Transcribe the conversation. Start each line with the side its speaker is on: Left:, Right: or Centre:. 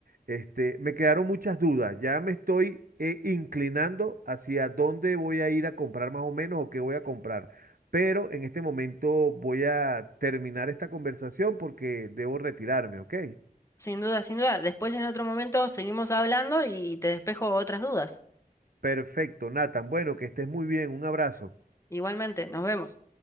Right: este, me quedaron muchas dudas. Ya me estoy eh, inclinando hacia dónde voy a ir a comprar más o menos o qué voy a comprar. Pero en este momento voy a terminar esta conversación porque debo retirarme, ¿ok?
Left: Sin duda, sin duda. Después en otro momento seguimos hablando y te despejo otras dudas.
Right: Perfecto, Nathan. Bueno, que estés muy bien. Un abrazo.
Left: Igualmente, nos vemos.